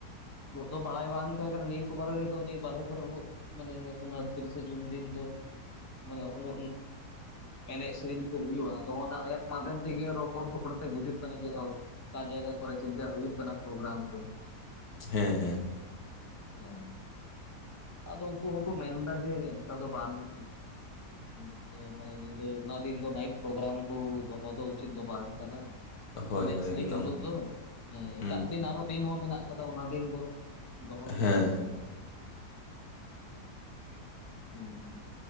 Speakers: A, on the left; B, on the left.
A: <unintelligible> ᱫᱚ ᱵᱟᱲᱟᱭ ᱵᱟᱝ ᱛᱟᱦᱮᱸ ᱠᱟᱱᱟ ᱱᱤᱭᱟᱹᱠᱚ ᱵᱟᱨᱮ ᱨᱮᱫᱚ ᱡᱮ <unintelligible> ᱠᱚᱨᱮ ᱢᱟᱱᱮ <unintelligible> ᱛᱤᱨᱤᱥᱮ ᱡᱩᱱ ᱫᱤᱱ ᱫᱚ ᱢᱟᱱᱮ ᱩᱱᱟᱹᱜ ᱮᱱᱮᱡ ᱥᱮᱨᱮᱧ ᱠᱚ ᱦᱩᱭᱩᱜᱼᱟ ᱟᱫᱚ ᱚᱱᱟ ᱮᱯ ᱢᱟᱫᱷᱚᱢ ᱛᱮᱜᱮ ᱨᱚᱯᱚᱲ ᱨᱚᱯᱚᱲ ᱛᱮ ᱵᱩᱡᱩᱜ ᱠᱟᱱᱟ ᱡᱮ ᱚᱣ ᱚᱠᱟ ᱡᱟᱭᱜᱟ ᱠᱚᱨᱮ ᱪᱮᱫᱞᱮᱠᱟ ᱦᱩᱭᱩᱜ ᱠᱟᱱᱟ ᱯᱨᱳᱜᱮᱨᱟᱢ ᱠᱚ
B: ᱦᱮᱸ ᱦᱮᱸ
A: ᱦᱮᱸ ᱟᱫᱚ ᱩᱱᱠᱩ ᱦᱚᱸᱠᱚ ᱢᱮᱱᱫᱟ, <unintelligible> ᱫᱚ ᱵᱟᱝ <unintelligible> ᱚᱱᱮ ᱢᱟᱱᱮ ᱧᱤᱫᱟᱹ ᱚᱱᱟ ᱫᱤᱱ ᱫᱚ ᱱᱟᱭᱤᱴ ᱯᱨᱳᱜᱨᱟᱢ ᱠᱚ ᱫᱚᱦᱚ ᱫᱚ ᱩᱪᱤᱛ ᱫᱚ ᱵᱟᱝ ᱠᱟᱱᱟ ᱾
B: ᱦᱳᱭ
A: ᱮᱱᱮᱡ
B: ᱦᱳᱭ
A: ᱥᱮᱨᱮᱧ
B: ᱮᱠᱫᱚᱢ
A: ᱢᱩᱱᱟᱹᱜ <unintelligible> ᱫᱚ ᱦᱮᱸ
B: ᱦᱩᱸ
A: ᱮᱴᱟᱜ ᱫᱤᱱ ᱟᱨᱦᱚ ᱫᱤᱱ ᱦᱚᱸ ᱢᱮᱱᱟᱜ ᱠᱟᱫᱟ ᱚᱱᱟ ᱫᱤᱱ ᱵᱚᱨᱚᱢ ᱫᱚᱦᱚᱦᱚᱪᱚᱣᱟᱱ
B: ᱦᱮᱸ
A: ᱠᱚ, ᱦᱩᱸ ᱾